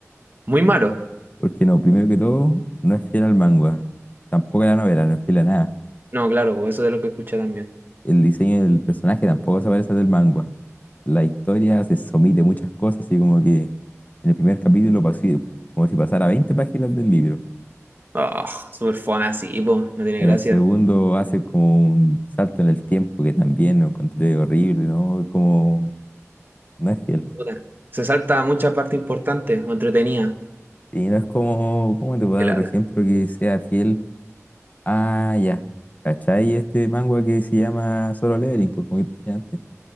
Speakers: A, on the right; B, on the left.
A: Muy malo.
B: Porque no, primero que todo, no es fiel al manga. Tampoco a la novela, no es fiel a nada.
A: No, claro, pues eso es de lo que escuché también.
B: El diseño del personaje tampoco se parece al del manga. La historia se somete a muchas cosas, así como que en el primer capítulo pasó como si pasara 20 páginas del libro.
A: ¡Oh, súper fome así, pues! No tiene
B: En
A: gracia.
B: el segundo hace como un salto en el tiempo que también lo encontré horrible, ¿no? Es como, no es fiel.
A: Puta. Se salta mucha parte importante o entretenida.
B: Y no es como, ¿cómo te puedo
A: Qué
B: dar
A: lata.
B: otro ejemplo que sea fiel? Ah, ya. ¿Cachai? Este manga que se llama Solo Leveling, pues como que te dije antes.